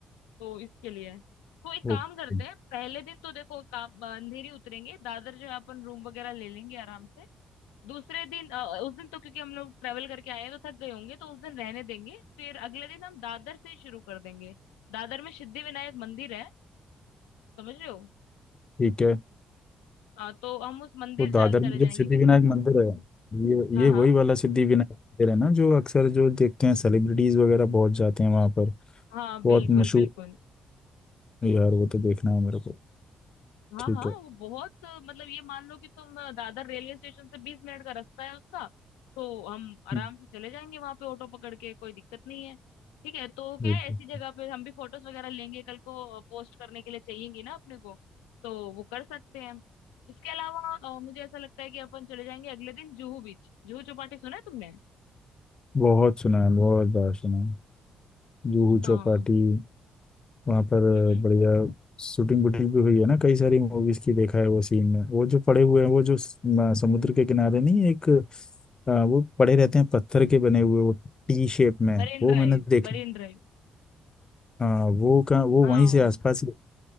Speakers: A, on the left; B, on the left.
A: तो इसके लिए तो एक
B: ओके
A: काम करते हैं पहले दिन तो देखो काम अ, अंधेरी उतरेंगे दादर जो है अपन रूम वगैरह ले लेंगे आराम से दूसरे दिन अ, उस दिन तो क्योंकि हम लोग ट्रेवल करके आए हैं तो थक गए होंगे तो उस दिन रहने देंगे फिर अगले दिन हम दादर से ही शुरू कर देंगे दादर में सिद्धि विनायक मंदिर है समझ रहे हो
B: ठीक है
A: हाँ तो हम उस मंदिर
B: तो दादर
A: जाल चले
B: में
A: जाएंगे
B: जो सिद्धिविनायक
A: क्योंकि
B: मंदिर है ये
A: हाँ
B: ये
A: हाँ
B: वही वाला सिद्धिविनायक मंदिर है ना जो अक्सर जो देखते हैं सेलिब्रिटीज वगैरह बहुत जाते हैं वहाँ पर
A: हाँ
B: बहुत
A: बिल्कुल
B: मशहूर
A: बिल्कुल
B: है। यार वो तो देखना है मेरे को
A: हाँ
B: ठीक
A: हाँ
B: है
A: वो बहुत अ, मतलब ये मान लो कि तुम अ, दादर रेलवे स्टेशन से बीस मिनट का रास्ता है उसका तो हम आराम
B: हम्म,
A: से चले जाएंगे वहां पे ऑटो पकड़ के कोई दिक्कत नहीं है ठीक है तो क्या
B: बिल्कुल
A: है ऐसी जगह पे हम भी फोटोज वगैरह लेंगे कल को पोस्ट करने के लिए चाहिएगी ना अपने को तो वो कर सकते हैं इसके अलावा अ, मुझे ऐसा लगता है कि अपन चले जाएंगे अगले दिन जुहू बीच जुहू चौपाटी सुना है तुमने
B: बहुत सुना है बहुत बार सुना है जूहू
A: हाँ
B: चौपाटी वहाँ पर
A: हम्म हम्म।
B: बढ़िया शूटिंग वूटिंग भी हुई है ना कई सारी मूवीज की देखा है वो सीन में वो जो पड़े हुए हैं वो जो स- म- समुद्र के किनारे नहीं एक आ, वो पड़े रहते हैं पत्थर के बने हुए वो टी शेप में
A: मरीन
B: वो
A: ड्राइव
B: मैंने देखी
A: मरीन ड्राइव
B: हाँ वो का वो
A: हाँ
B: वहीं से आसपास